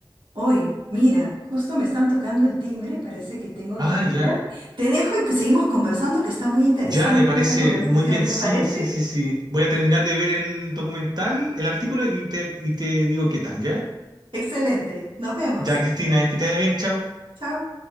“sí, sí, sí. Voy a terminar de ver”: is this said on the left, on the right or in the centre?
Right